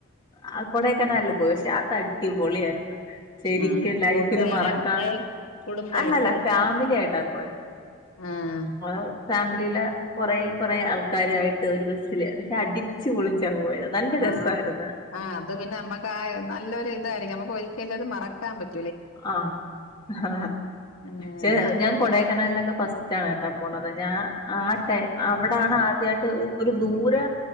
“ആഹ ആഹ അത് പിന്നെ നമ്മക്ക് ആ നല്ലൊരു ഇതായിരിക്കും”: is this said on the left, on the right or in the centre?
Left